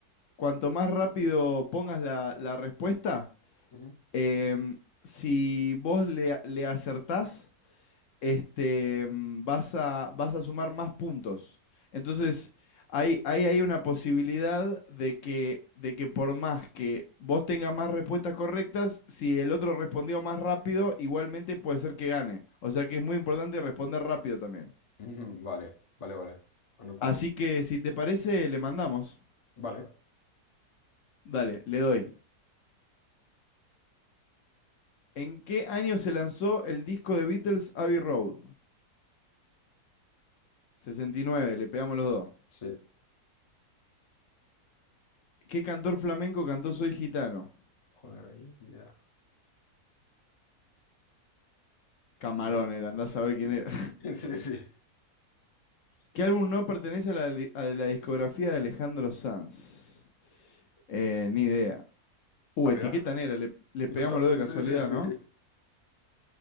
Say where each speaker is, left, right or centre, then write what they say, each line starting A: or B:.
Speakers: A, on the left; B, on the left.
A: cuanto más rápido pongas la, la respuesta,
B: Ujú.
A: em, si vos le, le acertás, este, mm, vas a, vas a sumar más puntos. Entonces, hay, hay hay una posibilidad de que, de que por más que vos tengas más respuestas correctas, si el otro respondió más rápido, igualmente puede ser que gane. O sea que es muy importante responder rápido también.
B: Ujú, Vale, vale, vale. Anotado.
A: Así que si te parece, le mandamos.
B: Vale,
A: Dale, le doy. ¿En qué año se lanzó el disco de Beatles Abbey Road? 69. le pegamos los dos.
B: sí.
A: ¿Qué cantor flamenco cantó Soy Gitano?
B: Joder, ahí, ni idea.
A: Camarón
B: Gol.
A: era, andás a ver quién era.
B: <laughs> Sí, sí.
A: ¿Qué álbum no pertenece a la, li- a la discografía de Alejandro Sanz? Eh, ni idea. Uh,
B: Ah, mira.
A: etiqueta negra, le, le
B: Yo
A: pegamos
B: también.
A: lo de casualidad,
B: <laughs> Sí, sí, sí.
A: ¿no?